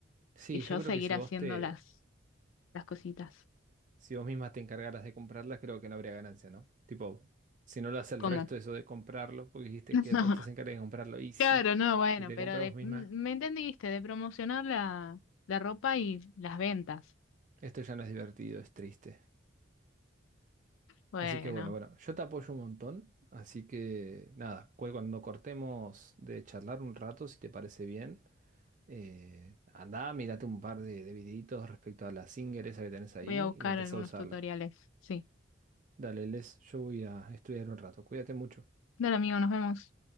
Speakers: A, on the right; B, on the left.
A: Sí,
B: y yo
A: yo creo
B: seguir
A: que si
B: haciendo
A: vos te,
B: las, las cositas.
A: si vos misma te encargaras de comprarlas, creo que no habría ganancia, ¿no? Tipo, si no lo hace el
B: ¿Cómo?
A: resto eso de comprarlo, porque dijiste
B: <laughs>
A: que el resto se encarga de comprarlo, y sí,
B: Claro, no, bueno,
A: si te
B: pero
A: compras
B: de,
A: vos misma,
B: mm, me entendiste, de promocionar la, la ropa y las ventas.
A: esto ya no es divertido, es triste.
B: Bueno,
A: Así que bueno, bueno, yo te apoyo un montón, así que nada, cu- cuando cortemos de charlar un rato, si te parece bien, eh, andá, mírate un par de, de videitos respecto a la Singer esa que tenés ahí
B: voy a buscar
A: y empezá
B: algunos
A: a usarla.
B: tutoriales. Sí.
A: Dale, Les, yo voy a estudiar un rato, cuídate mucho.
B: Dale, amigo, nos vemos.